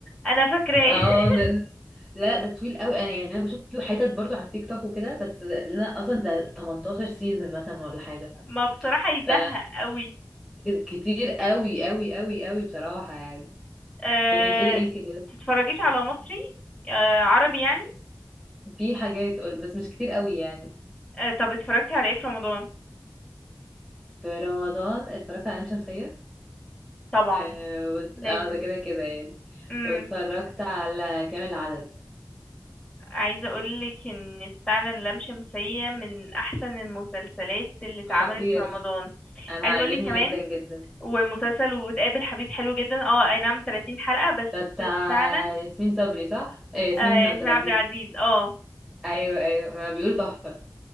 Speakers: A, on the left (about 15°); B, in the centre.
A: انا فاكراه
B: اه
A: <laughs>
B: ده لا لا ده طويل قوي انا يعني انا بشوف له حتت برضو على التيك توك وكده بس انا اصلا ده 18 سيزون مثلا ولا حاجه
A: ما بصراحة يزهق
B: ف
A: قوي
B: كتير قوي قوي قوي قوي بصراحه يعني
A: أه...
B: كنت بتقولي ايه كده
A: تتفرجيش على مصري أه... عربي يعني
B: في حاجات قل- بس مش كتير قوي يعني
A: أه... طب اتفرجتي على ايه في رمضان
B: في رمضان اتفرجت على لام شمسيه
A: طبعا
B: اه و-
A: لازم
B: آه، ده كده كده يعني
A: امم
B: واتفرجت على كامل العدد
A: عايزه اقولك ان فعلا لام شمسيه من احسن المسلسلات اللي اتعملت
B: خطير
A: في رمضان
B: انا
A: عايزه
B: عاجبني
A: اقولك كمان
B: جدا جدا
A: ومسلسل وتقابل حبيب حلو جدا اه اي نعم 30 حلقه بس
B: ده بتاع
A: فعلا
B: ياسمين صبري صح؟ آه، ياسمين
A: آه
B: عبد
A: ياسمين
B: العزيز
A: عبد العزيز اه
B: ايوه ايوه ما بيقولوا تحفه